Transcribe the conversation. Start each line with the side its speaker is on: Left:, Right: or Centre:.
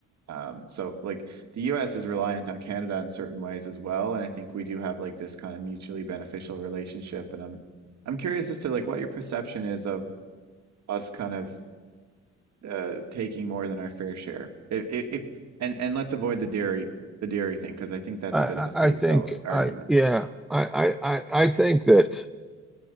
Right: Um, so like the US is reliant on Canada in certain ways as well, and I think we do have like this kind of mutually beneficial relationship. And I'm I'm curious as to like what your perception is of us kind of uh, taking more than our fair share. If, if, if and and let's avoid the dairy the dairy thing because I think that's
Centre: I,
Right: a
Centre: I
Right: bit of a scapegoat
Centre: I think
Right: argument.
Centre: I yeah I I I I think that